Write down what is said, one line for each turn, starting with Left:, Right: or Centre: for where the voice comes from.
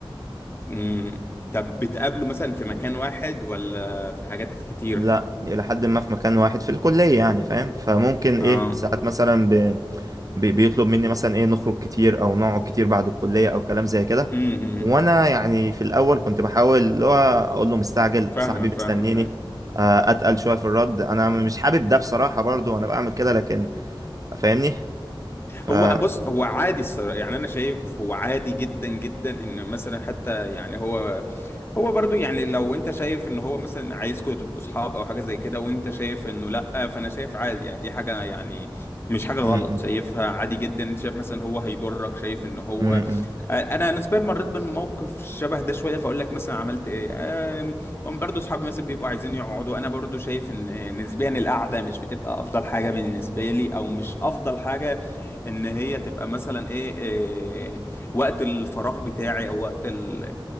Left: مم. طب بتقابله مثلا في مكان واحد ولا في حاجات كتير
Right: لا إلى حد ما في مكان واحد في الكلية يعني فاهم فممكن
Left: اه
Right: إيه ساعات مثلا ب... ب... بيطلب مني مثلا إيه نخرج كتير أو نقعد كتير بعد الكلية أو كلام زي كده
Left: امم
Right: وأنا يعني في الأول كنت بحاول اللي هو أقول له مستعجل
Left: فاهمك
Right: صاحبي
Left: فاهمك
Right: مستنيني
Left: أيوة.
Right: آه، أتقل شوية في الرد أنا مش حابب ده بصراحة برضو أنا بعمل كده لكن فاهمني ف
Left: هو
Right: م-
Left: بص هو عادي الصراحة يعني انا شايف هو عادي جدا جدا ان مثلا حتى يعني هو هو برضو يعني لو انت شايف ان هو مثلا عايزكم تبقوا صحاب او حاجه زي كده وانت شايف انه لا فانا شايف عادي يعني دي حاجه يعني مش حاجه غلط
Right: م-
Left: شايفها عادي جدا انت شايف مثلا هو هيضرك شايف ان هو
Right: م- م-
Left: انا نسبيا مريت بموقف شبه ده شويه فاقول لك مثلا عملت ايه آم، هم برضو صحابي مثلا بيبقوا عايزين يقعدوا انا برضو شايف ان نسبيا القعده مش بتبقى افضل حاجه بالنسبه لي او مش افضل حاجه ان هي تبقى مثلا ايه, إيه وقت الفراغ بتاعي او وقت ال